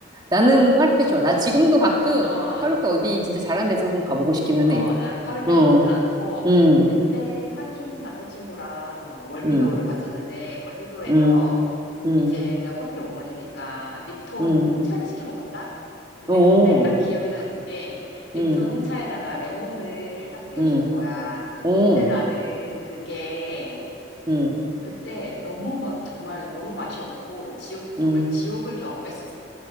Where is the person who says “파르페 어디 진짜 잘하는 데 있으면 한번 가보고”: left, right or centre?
Right